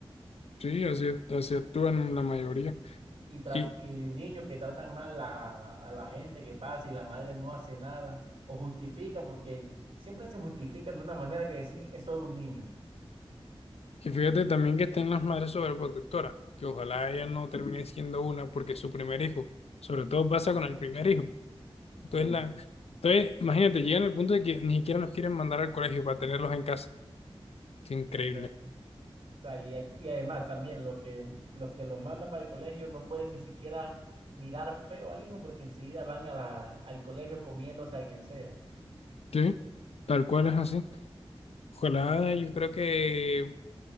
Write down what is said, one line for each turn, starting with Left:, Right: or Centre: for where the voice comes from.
Left: Sí, así, así actúan la mayoría.
Right: Y, tra-
Left: Y,
Right: y niños que tratan mal a, a la gente que pasa y la madre no hace nada, o justifica, porque siempre se justifican de una manera que decir, es solo un niño.
Left: y fíjate también que están las madres sobreprotectoras, que ojalá
Right: Sí,
Left: ella no termine siendo una porque es su primer hijo. Sobre todo pasa con el primer hijo. Entonces,
Right: sí,
Left: la, entonces imagínate, llegan al punto de que ni siquiera los quieren mandar al colegio para tenerlos en casa. Es increíble.
Right: en efecto. O sea, y, y además también los que, los que los mandan para el colegio no pueden ni siquiera mirar feo al hijo porque enseguida van a la, al colegio comiéndose al quien sea.
Left: Sí, tal cual es así. Ojalá,
Right: Entonces,
Left: yo creo que,